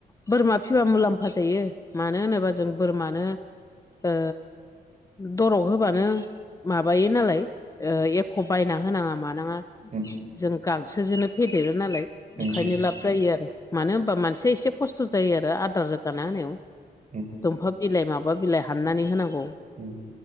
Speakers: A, on the left (about 20°); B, on the right (about 50°).
A: बोरमा फिबा मुलाम्फा जायो मानो होनोबा जों बोरमानो ओ दरग होबानो माबायो नालाय ओ एख' बायना होनाङा मानाङा
B: उम
A: जों गांसोजोंनो फेदेरो नालाय ओंखायनो
B: उम
A: लाब जायो आरो मानो होनबा मानसिया एसे खस्थ' जायो आरो आदार रोगाना होनायाव
B: उम
A: दंफां बिलाइ माबा बिलाइ हाननानै होनांगौ
B: उम